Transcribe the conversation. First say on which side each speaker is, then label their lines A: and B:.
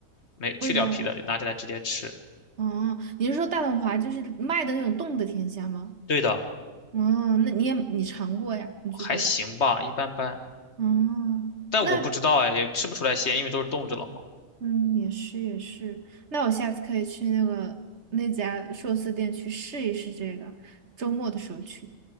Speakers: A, on the left; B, on the right.
A: 没去掉皮的，
B: 味道，
A: 就拿起来直接吃。
B: 哦，你是说大董华就是卖的那种冻的甜虾吗？
A: 对的，
B: 哦，那你也你尝过呀？你觉得？
A: 还行吧，一般般。
B: 哦，
A: 但我不知道哎，
B: 那
A: 也吃不出来鲜，因为都是冻着了嘛。
B: 嗯，也是也是，那我下次可以去那个那家寿司店去试一试这个，周末的时候去，